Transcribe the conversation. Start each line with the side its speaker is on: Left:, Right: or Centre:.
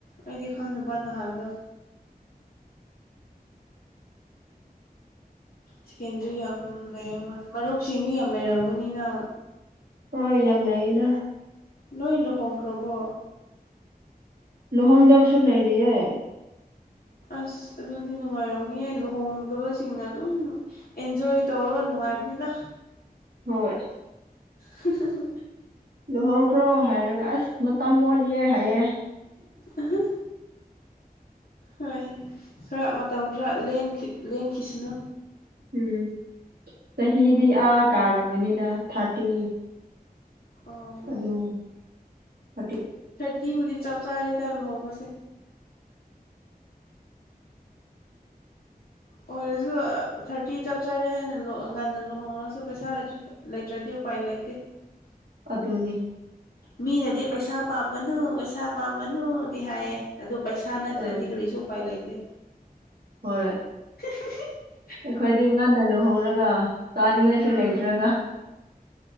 Left: ꯑꯩꯗꯤ ꯈꯪꯗꯕ ꯅꯍꯥꯟꯗꯣ ꯁꯦꯀꯦꯟꯗ꯭ꯔꯤ ꯌꯥꯝ ꯂꯩꯌꯝꯃꯥ ꯃꯔꯨꯞꯁꯤꯡꯖꯨ ꯌꯥꯝ ꯂꯩꯔꯝꯒꯅꯤꯅꯥ
Right: ꯍꯣꯏ ꯌꯥꯝ ꯂꯩꯌꯦꯗꯥ
Left: ꯂꯣꯏ ꯂꯨꯍꯣꯡꯈ꯭ꯔꯕꯣ
Right: ꯂꯨꯍꯣꯡꯗꯕꯁꯨ ꯂꯩꯔꯤꯌꯦ
Left: ꯑꯁ ꯑꯗꯨꯗꯤ ꯅꯨꯡꯉꯥꯏꯔꯝꯅꯤꯌꯦ ꯂꯨꯍꯣꯡꯗꯕꯁꯤꯡꯅ ꯑꯗꯨꯝ ꯑꯦꯟꯖꯣꯏ ꯇꯧꯔꯒ ꯅꯨꯡꯉ ꯅꯨꯡꯉꯥꯏꯕꯅꯤꯗ
Right: ꯍꯣꯏ
Left: ꯍꯍꯍ
Right: ꯂꯨꯍꯣꯡꯈ꯭ꯔꯣ ꯍꯥꯏꯔꯒ ꯑꯁ ꯃꯇꯝ ꯋꯥꯠꯂꯤꯌꯦ ꯍꯥꯏꯌꯦ
Left: ꯑꯍꯍ ꯍꯣꯏ ꯈꯔ ꯃꯇꯝ ꯈꯔ ꯂꯦꯟꯈꯤ ꯂꯦꯟꯈꯤꯁꯤꯅꯨ
Right: ꯎꯝ ꯆꯍꯤꯗꯤ ꯑꯥ ꯀꯥꯔꯝꯒꯅꯤꯗ ꯊꯥꯔꯇꯤ
Left: ꯑꯣ
Right: ꯑꯗꯣ ꯊꯥꯔꯇꯤ
Left: ꯀꯤꯕꯨꯗꯤ ꯆꯞ ꯆꯥꯔꯦꯗ ꯂꯨꯍꯣꯡꯕꯁꯦ ꯑꯣꯏ ꯔꯁꯨ ꯊꯥꯔꯇꯤ ꯆꯞ ꯆꯥꯔꯦ ꯍꯥꯏꯅ ꯂꯣ ꯉꯟꯅ ꯂꯨꯍꯣꯡꯉꯁꯨ ꯄꯩꯁꯥ ꯂꯩꯇ꯭ꯔꯗꯤ ꯎꯄꯥꯏ ꯂꯩꯇꯦ ꯑꯦ
Right: ꯑꯗꯨꯅꯦ
Left: ꯃꯤꯅꯗꯤ ꯄꯩꯁꯥ ꯄꯥꯝꯒꯅꯨ ꯄꯩꯁꯥ ꯄꯥꯝꯒꯅꯨꯗꯤ ꯍꯥꯏꯌꯦ ꯑꯗꯣ ꯄꯩꯁꯥ ꯅꯠꯇ꯭ꯔꯗꯤ
Right: ꯎꯝ
Left: ꯀꯔꯤꯁꯨ ꯎꯄꯥꯏ ꯂꯩꯇꯦ
Right: ꯍꯣꯏ
Left: ꯍ
Right: ꯑꯩꯈꯣꯏꯗꯤ ꯉꯥꯟꯅ ꯂꯨꯍꯧꯡꯔꯒ ꯆꯥꯅꯤꯡꯉꯥꯢꯁꯨ
Left: ꯎꯝ
Right: ꯂꯩꯇ꯭ꯔꯒ